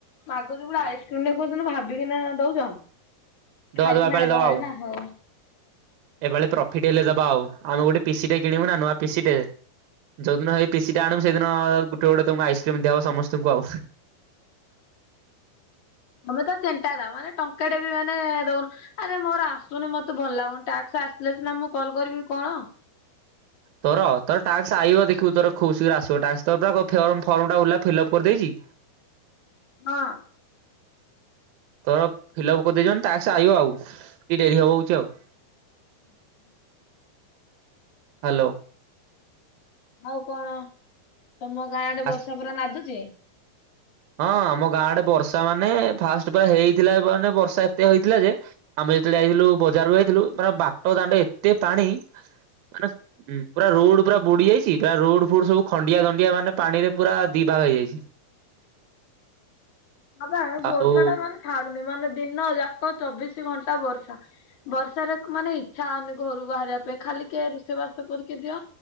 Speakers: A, on the left; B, on the right.
A: ମାଗୁଚି ଗୋଟେ ଆଇସ୍କ୍ରିମଟେ କୋଉଦିନ ଭାବିକିନା ଦୋଉଚ।
B: ଦବା
A: ଖାଇକିନା
B: ଦବା ଏପାଳି
A: ଆଇଲଭାରି
B: ଦବା ଆଉ।
A: ନା ହୋଉ।
B: ଏପାଳି ପ୍ରଫିଟ୍ ହେଲେ ଦବା ଆଉ। ଆମେ ଗୋଟେ ପିସିଟେ କିଣିବୁ ନା ନୂଆ ପିସିଟେ ଯୋଉଦିନ ହେଇ ପିସି ଟା ଆଣିବୁ ସେଦିନ ଗୋଟେ ଗୋଟେ ତମକୁ ଆଇସ୍କ୍ରିମ ଦିଆ ହବ ସମସ୍ତଙ୍କୁ ଆଉ।
A: ତମେ ତ ଚେଣ୍ଟାରା ମାନେ ଟଙ୍କାଟେ ବି ମାନେ ଦୋଉନ। ଆରେ ମୋର ଆସୁନି ମତେ ଭଲ ଲାଗୁନି ଟାକ୍ସ ଆସିିଲେ ସିନା ମୁଁ କଲ୍ କରିବି କଣ?
B: ତୋର ତୋର ଟାକ୍ସ ଆଇବ ଦେଖିବୁ ତୋର ଖୁବ ଶୀଘ୍ର ଆସିବ ଟାକ୍ସ ତୋର ପା ଫେରମ ଫର୍ମ ଟା ଓଲା ଫିଲ୍ଅପ କରିଦେଇଚି।
A: ହଁ।
B: ତୋର ଫିଲଅପ୍ କରିଦେଇଚନ୍ତି ଟାକ୍ସ ଆଇବ ଆଉ ଟିକେ ଡେରି ହବ ହୋଉଚି ଆଉ।
A: ହୁଁ ହୁଁ <inaudible>
B: ହାଲୋ।
A: ଆଉ କଣ ତମ ଗାଁଡେ
B: ଆସି
A: ବର୍ଷା ପୁରା ନାଦୁଚି।
B: ହଁ ଆମ ଗାଁଡେ ବର୍ଷା ମାନେ ଫାଷ୍ଟ ପୁରା ହେଇଥିଲା ମାନେ ବର୍ଷା ଏତେ ହେଇଥିଲା ଯେ - ଆମେ ଯେତେବେଳେ ଯାଇଥିଲୁ ବଜାରରୁ ଯାଇଥିଲୁ ମାନ ବାଟ ଦାଣ୍ଡ ଏତେ ପାଣି ମାନେ - ହୁଁ ପୁରା ରୋଡ ପୁରା ବୁଡି ଯାଇଚି ପୁରା ରୋଡ ଫୁଡ ସବୁ ଖଣ୍ଡିଆ ଖଣ୍ଡିଆ ମାନେ ପାଣିରେ ପୁରା ଦିି ଭାଗ ହେଇଯାଇଚି।
A: ହଁ ପା ଏ ବର୍ଷାଟା
B: ଆଉ
A: ମାନେ ଛାଡୁନି ମାନେ ଦିନ ଯାକ ଚବିଶି ଘଣ୍ଟା ବର୍ଷା। ବର୍ଷାରେ ମାନେ ଇ - ଚ୍ଛା ହୋଉନି ଘରୁ ବାହାରିବା ପାଇଁ ଖାଲି କିଏ ରୋଷେଇ ବାସ କରିକି ଦିଅ।